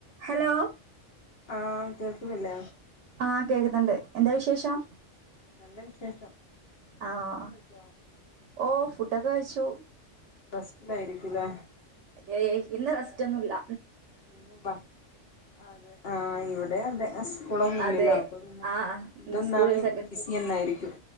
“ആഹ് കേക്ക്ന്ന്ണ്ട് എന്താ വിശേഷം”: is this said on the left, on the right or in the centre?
Right